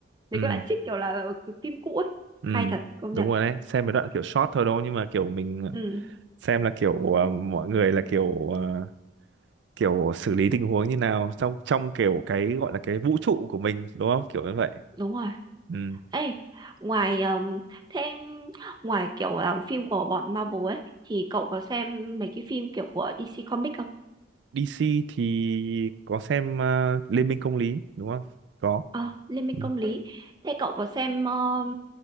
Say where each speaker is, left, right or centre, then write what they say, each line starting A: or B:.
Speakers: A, on the right (about 20°); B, on the right (about 65°).
A: mấy
B: ừ
A: cái đoạn trích kiểu là ờ, cái phim cũ ấy
B: ừ
A: hay thật công
B: đúng
A: nhận
B: rồi đấy xem mấy đoạn kiểu short thôi đâu nhưng mà kiểu mình
A: ừ
B: xem là kiểu ờ, mọi người là kiểu ờ, kiểu xử lý tình huống như nào trong trong kiểu cái gọi là cái vũ trụ của mình đúng không kiểu như vậy
A: đúng rồi
B: ừ
A: ê ngoài um, thêm ngoài kiểu um, phim của bọn Marvel ấy thì cậu có xem mấy cái phim kiểu của DC Comics không?
B: DC thì có xem ờ, Liên minh công lý đúng không có
A: À, Liên minh
B: ừ.
A: công
B: ừ.
A: lý. Thế cậu có xem um,